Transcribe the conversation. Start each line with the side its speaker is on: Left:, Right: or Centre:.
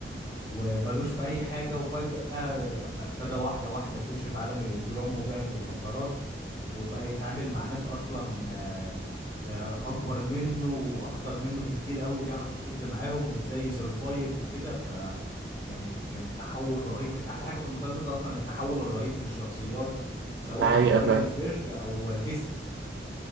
Left: وملوش في اي حاجة وفجأة بقى ابتدى واحدة واحدة يخش في عالم الاجرام وبيع المخدرات وبقى يتعامل مع ناس اصلا آه، آه، اكبر منه واخطر منه بكتير قوي بيعرف يصد معاهم وازاي يسرفايف وكده كانت كانت تحول رهيب كانت احلى حاجه في المسلسل ده اصلا التحول الرهيب للشخصيات سواء
Right: ده حقيقة
Left: لهايزنبرج
Right: فعلا
Left: او جيسي